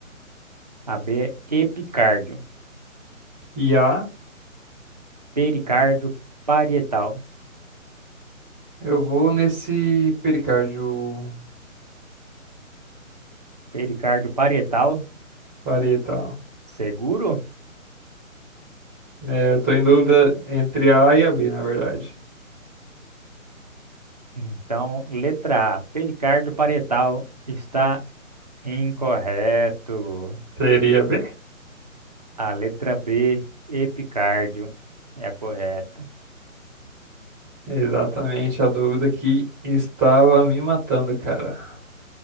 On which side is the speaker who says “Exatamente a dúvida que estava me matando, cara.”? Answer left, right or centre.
Centre